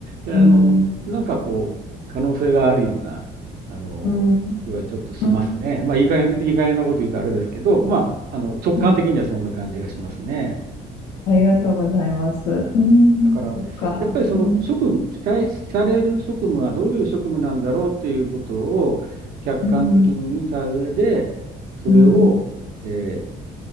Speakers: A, on the right; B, on the left.
A: あのなんかこう、
B: うん、
A: 可能性があるようなあの気はちょっとしますね。
B: うん、うん
A: まあ、いい加減、いい加減なこと言うとあれですけど、まあ、あの直感的にはそんな感じがしますね。
B: いえありがとうございます。うん、
A: だから、
B: そっか。
A: やっぱりその職務、
B: うん、
A: 期待される職務はどういう職務なんだろうということを客観的に見た上で、
B: うん、
A: それを、
B: うん、
A: えー